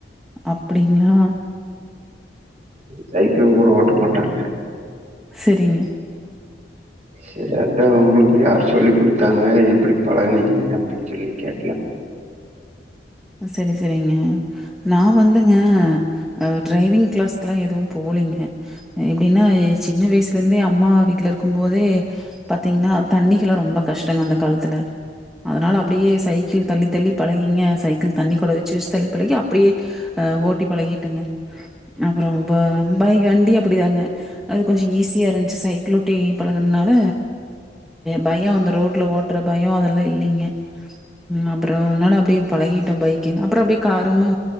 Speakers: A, in the centre; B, on the right.
A: அப்டிங்ளா
B: சைக்கிளும் கூட ஓட்ட மாட்டாங்க
A: சேரிங்க
B: செரி அதா உங்குளுக்கு யார் சொல்லி குடுத்தாங்க எப்டி பழகனீங்க அப்டின் சொல்லி கேக்கலா
A: செரி செரிங்க நா வந்துங்க அ ட்ரைவிங் க்ளாஸ்குல்லா எது போலைங்க எப்டினா சின்ன வய்சுல இருந்தே அம்மா வீட்ல இருக்கு போதே பாத்தீங்ன்னா தண்ணிகுல்லா ரொம்ப கஷ்டோங்க அந்த காலத்துல அதனால அப்டியே சைக்கிள் தள்ளி தள்ளி பழகிங்க சைக் தண்ணி கொடொ வெச்சு வெச்ச தள்ளி பழகி அப்டியே அ ஓட்டி பழகிட்டங்க அப்புறோ ப பைக் வண்டியு அப்டிதாங்க அது கொஞ்சோ ஈஸியா இருந்ச்சு சைக்கிலோட்டி பழகுன்னால பயோ அந்த ரோட்ல ஓட்ற பயோ அதல்லா இல்லீங்க ம் அப்புறோ அதனால அப்டியே பழகிடோ பைக்கு அப்புறோ அப்டியே காரூமு